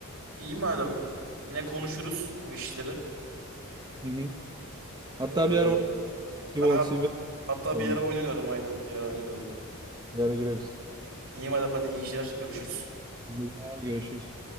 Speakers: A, on the right; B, on the right.
A: iyi madem. Yine konuşuruz bu işleri.
B: Hı hı. Hatta
A: Ee,
B: bir ara oynayalım. Sivo,
A: ben hat
B: Sivo
A: hatta
B: atalım.
A: bir yere oynanıyorum aynen. Bir yere oynanıyorum.
B: Bir ara gireriz.
A: İyi madem hadi iyi geceler. Görüşürüz.
B: Hı. Görüşürüz.